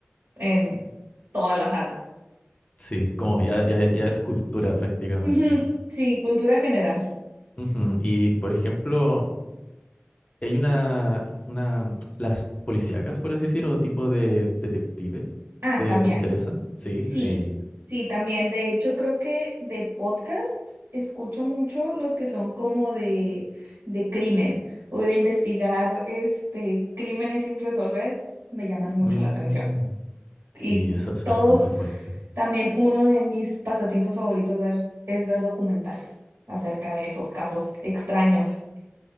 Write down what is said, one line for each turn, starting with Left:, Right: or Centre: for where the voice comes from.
Right: en toda la saga.
Left: Sí, como ya, ya, ya es cultura prácticamente.
Right: Ujú, Sí, cultura general.
Left: Ujú, Y por ejemplo, hay una, una, las policíacas, por así decir, o tipo de detective,
Right: Ah,
Left: ¿te,
Right: también.
Left: te interesan? Sí,
Right: Sí,
Left: sí.
Right: sí, también. De hecho, creo que de podcast escucho mucho los que son como de, de crimen o de investigar este, crímenes sin resolver, me llaman mucho
Left: Mm,
Right: la atención.
Left: sí,
Right: y
Left: eso es
Right: todos,
Left: bastante fuerte,
Right: también uno de mis pasatiempos favoritos ver, es ver documentales acerca de esos casos extraños.